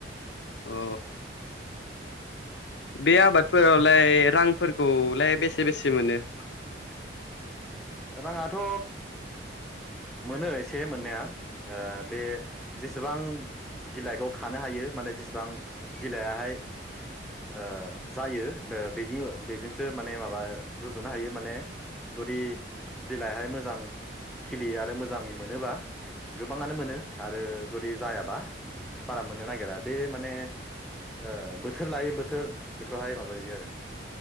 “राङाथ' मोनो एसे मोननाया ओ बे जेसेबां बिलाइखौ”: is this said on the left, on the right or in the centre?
Centre